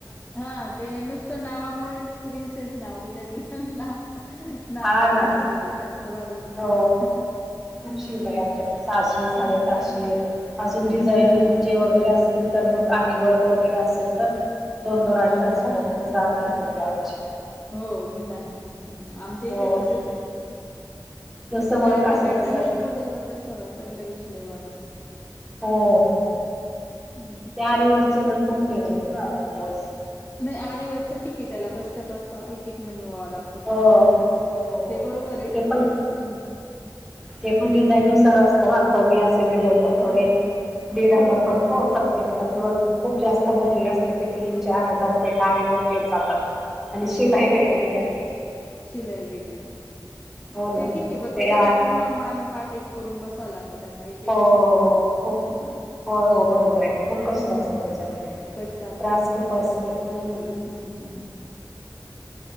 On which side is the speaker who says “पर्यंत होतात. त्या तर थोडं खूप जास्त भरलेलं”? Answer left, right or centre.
Centre